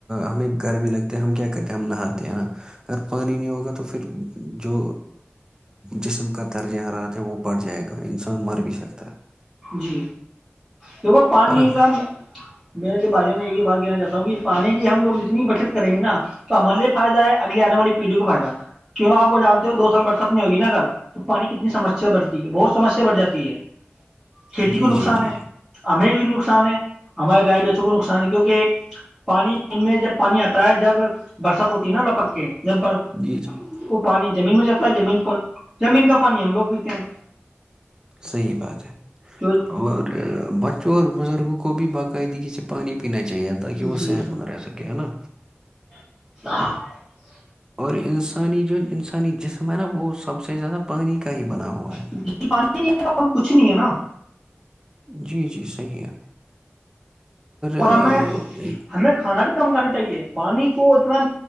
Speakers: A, on the right; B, in the centre.
A: ہمیں گرمی لگتی ہم کیا کرتے ہیں ہم نہاتے ہیں نا اگر پانی نہیں ہوگا تو پھر تو جو جسم کا درجہ حرات ہے وہ پڑ جائے گا انسان مر بھی سکتا ہے
B: جی کیونکہ پانی
A: ہے
B: نہیں
A: نا
B: کا میرے جو بھائی جان نے ایک ہی بار کہنا چاہ دوں گی پانی کی ہم لگتنی بچت کریں گے نا تو ہمارے لیے فائدہ ہے اگلی آنے والی پیڑھی کو فائدہ کیوں آپ وہ جانتے ہو دو سال برسہ ہوگی نا اگر تو پانی کتنی سمسیا بڑتی ہے بہت سمسیا بڑ جاتی ہے کھیتی
A: جی
B: کو نقصان
A: جی جی
B: ہے
A: جی
B: ہمیں بھی نقصان ہے ہمارے گائے بیچوں کو نقصان ہے کیونکہ پانی میں جب پانی آتا ہے جب برسات ہوتی ہے نا لپک کے جن پر
A: جی جی
B: وہ پانی زمین میں جاتا ہے زمین پر زمین کا پانی ہم لوگ پیتے ہیں
A: صحیح بات ہے
B: جو
A: اور بچوں اور بزرگوں کو بھی باقی د سے پانی پین چاہیے تاکہ وہ
B: جی
A: صحت مند رہ سکے ہے نا
B: <inaudible>
A: اور انسانی جو انسانی جسم ہے نا وہ سب سے زیادہ پانی کا ہی بنا ہوا ہے
B: جی پانی نہیں ہے تو کچھ نہیں ہے نا
A: جی جی صحیح ہے
B: اور
A: اہ،
B: ہمیں
A: ایک
B: ہمیں کھانا بھی کم کرنا چاہیے پانی کو اتنا